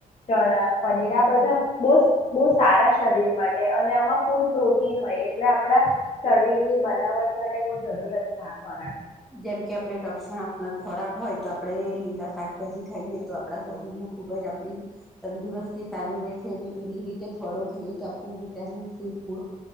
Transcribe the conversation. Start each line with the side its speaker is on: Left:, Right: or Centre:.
Left: ચણા, પનીર આ બધા બો બો સારા શરીર માટે અને આમાં ફૂલ પ્રૂફ પ્રોટીન હોય એટલે આપડા શરીરની બનાવટ માટે બો જરૂરતના ખોરાક
Centre: જેમ કે આપણે રક્ષણ આપનાર ખોરાક હોય તો આપડણે લીલા શાકભાજી ખાઈએ તો આપડા શરીરમાં ખુબ જ આપડી તંદુરસ્તી સારું રે છે અને એવી રીતે ફળો ખાઈએ તો આપને વિટામિન સી ફૂડ